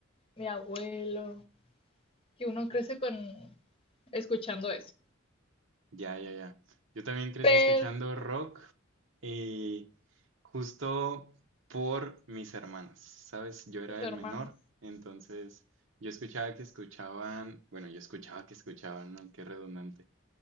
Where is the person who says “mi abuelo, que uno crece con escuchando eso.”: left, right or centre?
Left